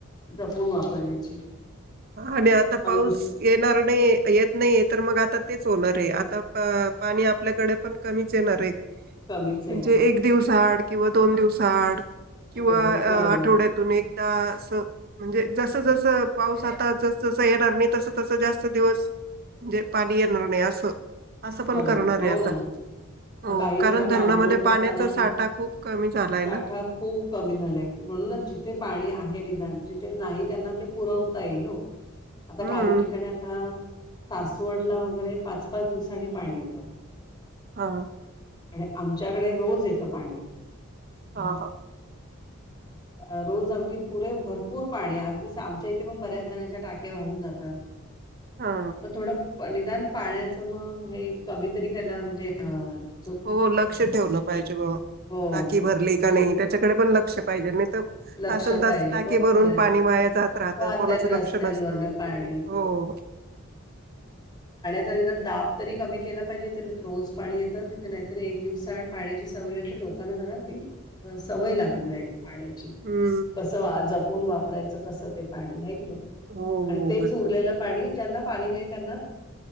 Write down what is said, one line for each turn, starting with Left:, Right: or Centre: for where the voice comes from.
Left: जपून वापरण्याची.
Right: आणि आता पाऊस
Left: अंक
Right: येणार. नाही येत नाही, तर मग आता तेच होणार आहे. आता पाणी आपल्याकडे पण कमीच येणारयं.
Left: कमीच येणार
Right: म्हणजे
Left: आहे
Right: एक दिवसाआड किंवा दोन दिवसाड किंवा
Left: हो हो बरोबर
Right: आठवड्यातून एक -- अ म्हणजे जस जस पाऊसात आ तस येणार नाही तस तस जास्त दिवस म्हणजे पाणी येणार नाही असं. असं पण
Left: बरोबर
Right: करणार
Left: हो
Right: आहे आता
Left: ना.
Right: हो
Left: काही
Right: कारण
Left: लोकांना
Right: धरणामध्ये
Left: आंघोळ करताना
Right: पाण्याचा साठा खूप कमी झालाय
Left: साठा
Right: ना
Left: खूप कमी झालाय म्हणूनच जिथे पाणी आहे -- निदान जिथे नाही त्यांना ते पुरवता येईल ओ आता
Right: हम्म
Left: काही ठिकाणी आता सास- - वडला वगैरे पाच पाच दिवसां -- पाणी यत.
Right: हा
Left: आणि आमच्याकडे रोज येतं पाणी.
Right: हा
Left: अ रोज अगदी पुरे भरपूर पाणी अगदी आमच्या इथे पण बऱ्याच जणांच्या टाक्या वाहून जातात.
Right: हा.
Left: पण थोडं निदान पाण्याच मग हे कमीतरी कला म्हणजे अ --
Right: हो लक्ष ठेवलं पाहिजे म
Left: हो
Right: ताकी भरली का
Left: रोज
Right: नाही त्याच्याकडे पण लक्ष पाहिजे.
Left: लक्ष
Right: तासन तास
Left: पाहिजे
Right: टाकी
Left: बरोबर
Right: भरून
Left: आहे
Right: पाणी माया जात राहत
Left: वाहतायत
Right: कोणाचं
Left: रस्त्यांवरन
Right: लक्ष नसत
Left: पाणी
Right: हो.
Left: ज दाप तरी कमी केला पाहिजे त रोज पाणी येतं तिथं नाहीतर एक दिवसाआड पाण्याची सवय ला तर लोकांना जरा ती सवय लागून राहील पाण्याची
Right: हम्म
Left: कस जप कोण वापरायचं कसं ते पाणी हाय की नाय
Right: हो हो
Left: आणि तेच
Right: बरोबर
Left: उरलेलं पाणी ज्यांना पाणी नाही त्यांना